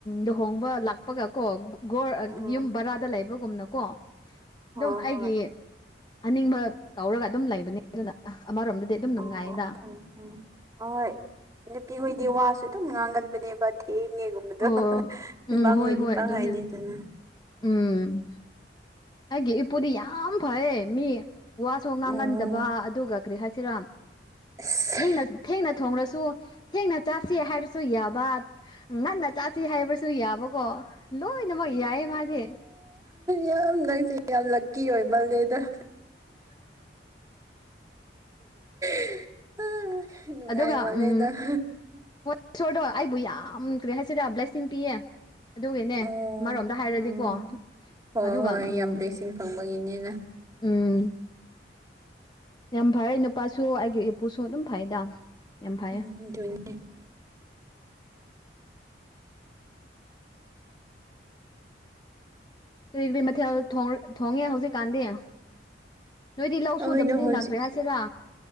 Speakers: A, on the left (about 25°); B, on the right (about 20°).
A: ꯂꯨꯍꯣꯡꯕ ꯂꯥꯛꯄꯒ ꯀꯣ ꯒꯣꯔ ꯑ
B: ꯎꯝ
A: ꯌꯨꯝ ꯕꯔꯥꯗ ꯂꯩꯕꯒꯨꯝꯅꯀꯣ
B: ꯍꯣꯏ
A: ꯑꯗꯨꯝ ꯑꯩꯒꯤ
B: ꯍꯣꯏ
A: ꯑꯅꯤꯡꯕ ꯇꯧꯔꯒ ꯑꯗꯨꯝ ꯂꯩꯕꯅꯦ ꯑꯗꯨꯅ ꯑꯃꯔꯣꯝꯗꯗꯤ ꯑꯗꯨꯝ ꯅꯨꯡꯉꯥꯏꯗ
B: ꯑꯣ ꯐꯩ ꯐꯩ ꯑꯍꯣꯏ ꯅꯨꯄꯤꯍꯣꯏꯗꯤ ꯋꯥꯁꯨ ꯑꯗꯨꯝ ꯉꯥꯡꯒꯟꯕꯅꯦꯕ ꯊꯦꯡꯉꯦꯒꯨꯝꯕꯗꯣ
A: ꯑꯣ
B: ꯅꯨꯄꯥꯈꯣꯏꯗꯤ
A: ꯎꯝ ꯍꯣꯏ ꯍꯣꯏ
B: ꯄꯥꯛ
A: ꯑꯗꯨꯅꯦ
B: ꯍꯥꯏꯗꯦꯗꯅ
A: ꯎꯝ ꯑꯩꯒꯤ ꯏꯄꯨꯗꯤ ꯌꯥꯝ ꯐꯌꯦ ꯃꯤ ꯋꯥꯁꯨ ꯉꯥꯡꯒꯟꯗꯕ
B: ꯑꯣ
A: ꯑꯗꯨꯒ ꯀ꯭ꯔꯤ ꯍꯥꯏꯁꯤꯔꯥ
B: ꯑꯁ
A: ꯊꯦꯡꯅ ꯊꯦꯡꯅ ꯊꯣꯡꯔꯁꯨ ꯊꯦꯡꯅ ꯆꯥꯁꯤ ꯍꯥꯏꯔꯁꯨ ꯌꯥꯕ ꯉꯟꯅ ꯆꯥꯁꯤ ꯍꯥꯏꯕꯁꯨ ꯌꯥꯕꯀꯣ ꯂꯣꯏꯅꯃꯛ ꯌꯥꯏꯌꯦ ꯃꯥꯗꯤ
B: ꯌꯥꯝ ꯅꯪꯁꯦ ꯌꯥꯝ ꯂꯛꯀꯤ ꯑꯣꯏꯃꯂꯦꯗ <unintelligible> ꯅꯨꯡꯉꯥꯏꯃꯜꯂꯦ
A: ꯑꯗꯨꯒ ꯎꯝ
B: ꯅꯪ
A: ꯍꯣ ꯁꯣꯔꯗꯣ ꯑꯩꯕꯨ ꯌꯥꯝ ꯀꯔꯤ ꯍꯥꯏꯁꯤꯔ ꯕ꯭ꯂꯦꯁꯤꯡ ꯄꯤꯌꯦ ꯑꯗꯨꯒꯤꯅꯦ
B: ꯑꯣ
A: ꯑꯃꯔꯣꯝꯗ ꯍꯥꯏꯔꯗꯤꯀꯣ
B: ꯎꯝ ꯍꯣꯏ
A: ꯑꯗꯨꯒ
B: ꯍꯣꯏ
A: ꯎꯝ
B: ꯌꯥꯝ ꯕ꯭ꯂꯦꯁꯤꯡ ꯐꯪꯕꯒꯤꯅꯤꯅ
A: ꯎꯝ ꯌꯥꯝ ꯐꯔꯦ ꯅꯨꯄꯥꯁꯨ ꯑꯩꯒꯤ ꯏꯄꯨꯁꯨ ꯑꯗꯨꯝ ꯐꯩꯗ ꯌꯥꯝ ꯐꯩꯌꯦ
B: ꯎꯝ ꯗꯨꯅꯦ
A: ꯀꯔꯤ ꯀꯔꯤ ꯃꯊꯦꯜ ꯊꯣꯡ ꯊꯣꯡꯉꯦ ꯍꯧꯖꯤꯛ ꯀꯥꯟꯗꯤ ꯅꯣꯏꯗꯤ ꯂꯧ
B: ꯑꯩꯈꯣꯏꯗꯣ
A: ꯁꯨꯗꯕꯅꯤꯅ
B: ꯍꯧꯖꯤꯛ
A: ꯀ꯭ꯔꯤ ꯍꯥꯏꯁꯤꯔꯥ